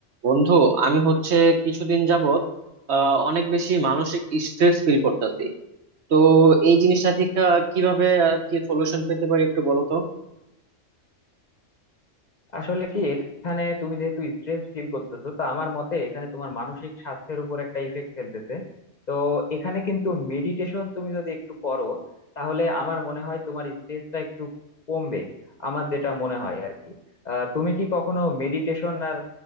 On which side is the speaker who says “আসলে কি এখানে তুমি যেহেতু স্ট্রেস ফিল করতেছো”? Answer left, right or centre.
Left